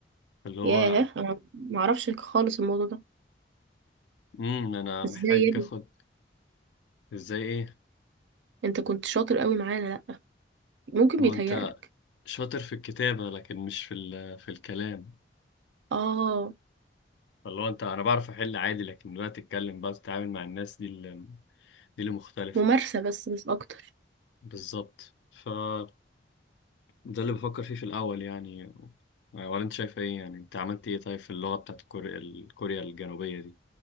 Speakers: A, on the left; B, on the right.
A: اللي هو
B: ياه انا معرفش خالص الموضوع ده
A: امم انا محتاج
B: ازاي يا ابني
A: اخد ازاي ايه
B: انت كنت شاطر قوي معانا لا ممكن
A: ما
B: بيتهيألك
A: هو انت شاطر في الكتابه لكن مش في ال... في الكلام
B: اه
A: اللي هو انت انا بعرف احل عادي لكن دلوقتي اتكلم بقى تتعامل مع الناس دي دي اللي مختلفة
B: ممارسة بس مش اكتر
A: بالظبط فده اللي بفكر فيه في الأول يعني ولا أنت شايف إيه يعني أنت عملت إيه طيب في اللغة بتاعت كوريا الكوريا الجنوبية دي